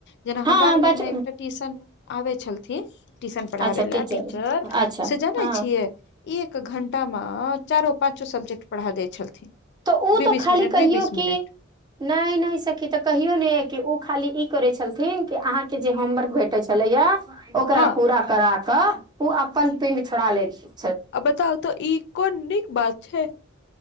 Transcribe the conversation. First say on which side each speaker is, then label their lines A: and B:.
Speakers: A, on the left; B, on the right.
A: जेना
B: हँ
A: हमरा आर
B: बच
A: घरमे एकटा ट्यूशन आबै छलथिन ट्यूशन पढ़ाबै
B: अच्छा
A: ला टीचर
B: अच्छा
A: से जानै
B: हँ
A: छियै एक घंटामे चारो पाँचो सब्जेक्ट पढ़ा दै छलथिन
B: तऽ ओ
A: बी
B: तऽ
A: बीस
B: खाली
A: मिनट
B: कहियौ
A: बी बीस
B: कि
A: मिनट
B: नहि नहि सखी तऽ कहियौ ने कि ओ खाली ई करै छलथिन कि अहाँके जे होमवर्क भेटे छलैया ओकरा
A: हँ
B: पूरा करा कऽ ओ अपन पिंड छोड़ा लै छै
A: आ बताउ तऽ ई कोन नीक बात छै